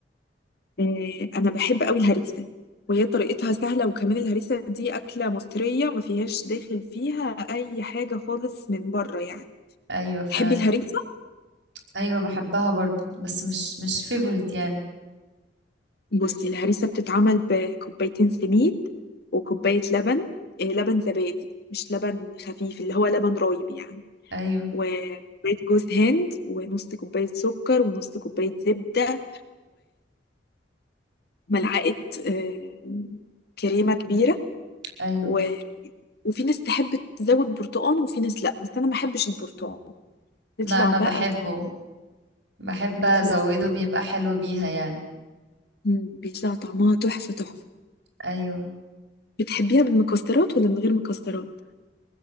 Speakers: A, on the left; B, on the right.
A: آه انا بحب قوي الهريسه وهي طريقتها سهله وكمان الهريسه دي اكله مصريه ما فيهاش داخل فيها اي حاجه خالص من بره يعني
B: ايوه فعلا
A: تحبي الهريسه
B: ايوه بحبها برضو بس مش مش فيفورت يعني
A: بصي الهريسه بتتعمل بكوبايتين سميد وكوبايه لبن آه لبن زبادي مش لبن خفيف اللي هو لبن رايب يعني
B: ايوه
A: وكوباية جوز هند ونص كوباية سكر ونص كوباية زبدة ملعقة آه، كريمة كبيرة
B: ايوه
A: و... وفي ناس تحب تزود برتقان وفي ناس لأ بس أنا ما بحبش البرتقان بيطلع
B: لا انا
A: بقى
B: بحبه
A: طعم
B: بحب
A: بيطلع
B: ازوده بيبقى حلو بيها يعني
A: مم. بيطلع طعمها تحفة تحفة
B: ايوه
A: بتحبيها بالمكسرات ولا من غير مكسرات؟